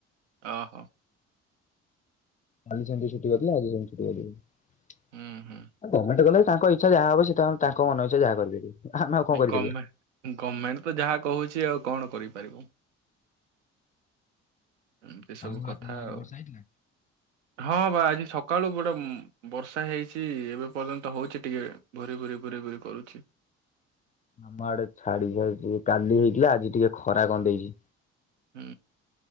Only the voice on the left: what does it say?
କାଲି ସେମତୀ ଛୁଟି କରଥିଲେ ଆଜି ସେମତିି ଛୁଟୀ କର ଦେଇଛନ୍ତି,
ଏ ଗମେଣ୍ଟ କଲେଜ୍ ତାଙ୍କ ଇଛା ଜାହା ହବ ସେ ତାଙ୍କ ତାଙ୍କ ମନ ଇଛା କରିପାରିବେ। ଆମେ ଆଉ କଣ କରିପାରିବା।
ଆଉ
ଆପଣଙ୍କ ଆଡେ
ବର୍ଷା ହେଇଥିଲା?
ଆମ ଆଡେ ଛାଡିଛାଡିଛି କାଲି ହେଇଥିଲା ଆଜି ଟିକେ ଖରା କଣ ଦେଇଛି।